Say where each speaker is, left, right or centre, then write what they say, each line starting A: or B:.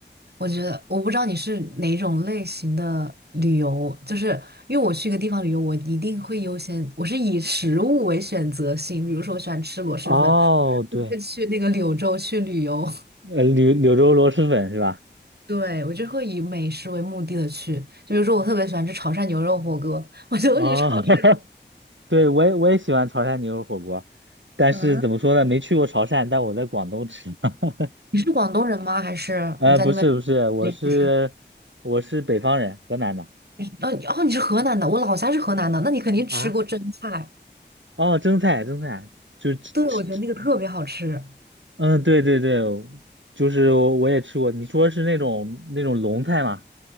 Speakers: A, on the right (about 60°); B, on the right (about 85°).
A: 我觉得我不知道你是哪种类型的旅游，就是因为我去一个地方旅游，我一定会优先，我是以食物为选择性，比如说我喜欢吃螺蛳粉，
B: 哦，对。
A: 就会去那个柳州去旅游，
B: 呃，柳柳州螺蛳粉是吧？
A: <laughs> 对，我就会以美食为目的的去，就比如说我特别喜欢吃潮汕牛肉火锅，我就会去潮汕。
B: 哦，<laughs> 对，我也我也喜欢潮汕牛肉火锅，但是怎么说呢，
A: 嗯，
B: 没去过潮汕，但我在广东吃。<laughs>
A: 你是广东人吗？还是你在那边？
B: 呃，不是不是，我是我是北方人，
A: 哦，
B: 河南的
A: 呃，哦，你是河南的，我老家是河南的，那你肯定吃过蒸菜。
B: 啊。哦，蒸菜蒸菜，就吃吃吃，
A: 对，我觉得那个特别好吃。
B: 嗯，对对对，就是我我也吃过。你说是那种那种龙菜吗？